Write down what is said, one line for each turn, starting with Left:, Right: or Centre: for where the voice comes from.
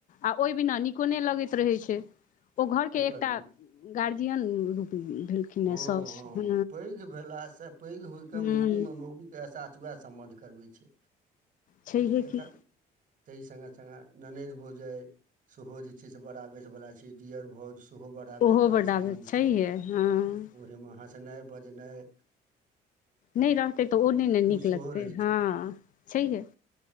Left: आ ओइ बिना नीको नई लगैत रहै छैय। ओ घर के
Right: ओकर
Left: एकटा गार्जियन रूप भेलखिन
Right: हँअ्
Left: हेँ साउस
Right: हँअ्
Left: हँ
Right: पैघ भेलासँ पैघ होइके
Left: हँ
Right: मौगीमें मौगीके एहसास वैह संबंध करबै छै
Left: छैहे
Right: तखेन
Left: की
Right: न तइ संगे संगे ननैद हो जाय सेहो जे छैइ से बड़ा आवेश वला छैइ डियर भौज सेहो बड़ा आवेश
Left: ओहो
Right: बला
Left: बड
Right: संबंध
Left: आबैत
Right: छी
Left: छैहे हँ
Right: ओहे में हंसनाई बजनाई
Left: नई रहतै तऽ ओ नई न नीक
Right: सेहो
Left: लगतै
Right: रहै
Left: हँ
Right: छै
Left: छैहे